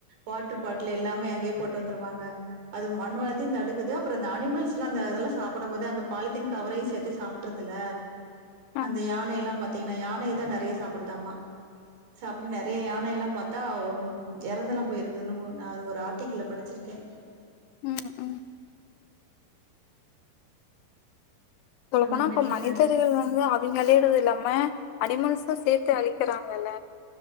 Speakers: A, on the right; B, on the left.
A: water bottle எல்லாமே அங்கயே போட்டு வந்துருவாங்க அது மண் வளத்தையு தடுக்குது அப்பறோ இந்த அனிமல்ஸ்லா இந்த இதெல்லா சாப்டும் போது அந்த பாலித்தீன் கவரையு சேத்து சாப் ட்டுறுதுல
B: ஆமா
A: அந்த யானையெல்லா பாத்தீங்ன்னா யானைதா நெறையா சாப்டுதாமா சாப்ட்டு நெறையா யானையெல்லா பாத்தா எறந்தெல்லா போயிருக்குதுன்னு ஒரு ஆர்டிக்கல்ல படிச் சிருக்கே
B: ம் ம் சொல்ல
A: அந்த
B: போனா
A: மாரிலா
B: இப்ப மனிதர்கள்
A: நெறைய
B: வந்து அவிங்க அழியுறது இல்லாம அனிமல்சூ சேத்து அழிக்கிறாங்கல்ல